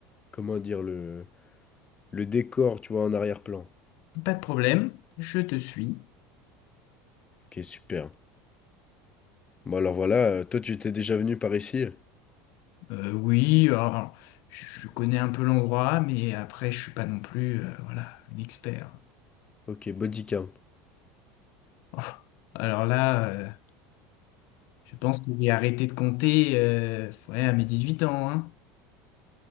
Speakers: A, on the left; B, on the left.
A: comment dire, le, le décor, tu vois, en arrière-plan,
B: pas de problème, je te suis.
A: qui est super. Bon, alors voilà, euh, toi, tu t'es déjà venu par ici?
B: Euh, oui, alors, je je connais un peu l'endroit, mais après, je suis pas non plus, euh, voilà, un expert.
A: Ok, body count.
B: Oh, alors là, euh, je pense que j'ai arrêté de compter, euh, ouais, à mes 18 ans, hein.